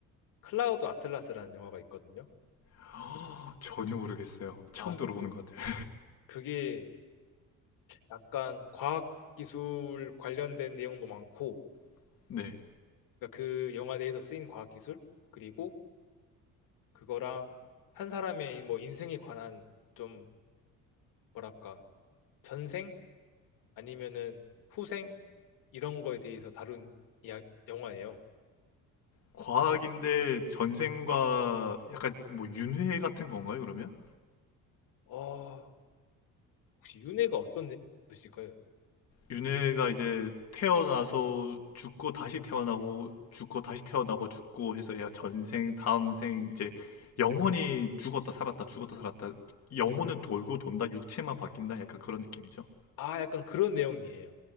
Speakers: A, on the left; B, on the left.
A: 클라우드 아틀라스라는 영화가 있거든요.
B: <gasps> 허, 전혀 모르겠어요. 처음
A: 아, 그-
B: 들어보는 것 같아요.
A: 그게 약간 과학기술 관련된 내용도 많고,
B: <laughs> 네.
A: 그러니까 그 영화 내에서 쓰인 과학기술, 그리고 그거랑 한 사람의 뭐 인생에 관한 좀, 뭐랄까, 전생? 아니면은 후생? 이런 거에 대해서 다룬 이야, 영화예요.
B: 과학인데 전생과 약간 뭐 윤회 같은 건가요, 그러면?
A: 어, 혹시 윤회가 어떤 내- 뜻일까요?
B: 윤회가 이제 태어나서 죽고 다시 태어나고 죽고 다시 태어나고 죽고 해서 얘가 전생, 다음 생 이제 영혼이 죽었다 살았다 죽었다 살았다 영혼은 돌고 돈다 육체만 바뀐다 약간 그런 느낌이죠.
A: 아, 약간 그런 내용이에요.